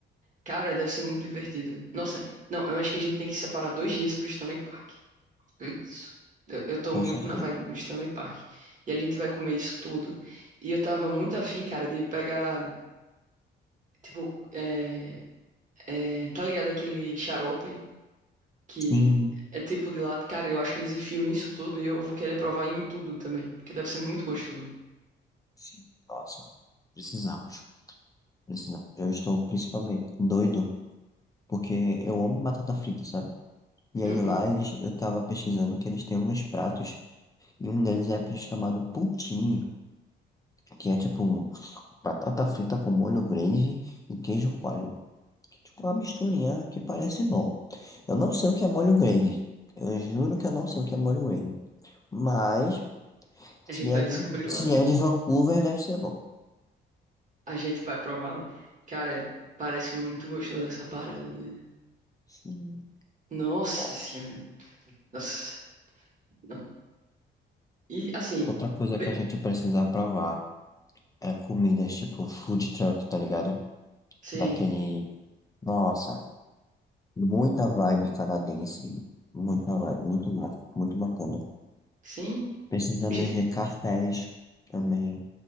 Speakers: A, on the right (about 40°); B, on the left (about 20°).
A: cara, deve ser muito divertido. Nossa, não, eu acho que a gente tem que separar dois dias pro Stanley Park. É Isso. Eu, eu tô
B: com
A: muito
B: certeza.
A: na vibe do Stanley Park. E a gente vai comer isso tudo. E eu tava muito afim, cara, de pegar, tipo, é, é, tá ligado aquele xarope que
B: Sim,
A: é tipo de lá. Cara, eu acho que eles enfiam isso tudo e eu vou querer provar em tudo também, porque deve ser muito gostoso.
B: sim. Nossa, precisamos. Precisamos. Eu estou principalmente doido, porque eu amo batata frita, sabe? E aí
A: Uhum.
B: lá eles, eu tava pesquisando que eles têm uns pratos, e um deles é chamado poutine, que é tipo batata frita com molho gravy e queijo coalho. Que, tipo, é tipo uma misturinha que parece bom. Eu não sei o que é molho gravy. Eu juro que eu não sei o que é molho gravy. Mas
A: A
B: Se
A: gente
B: é
A: vai
B: de,
A: descobrir
B: se
A: lá.
B: é de Vancouver, deve ser bom.
A: A gente vai provar lá. Cara, parece muito gostoso essa parada. né?
B: Sim.
A: Nossa
B: Nossa.
A: senhora. Nossa. Não. E assim,
B: Outra coisa
A: be-
B: que a gente precisa provar é comidas tipo food truck, tá ligado?
A: sim,
B: Daquele. Nossa, muita vibe canadense. Muita vibe, muito massa, muito bacana.
A: sim.
B: Precisamos
A: A gente
B: ver cafés também.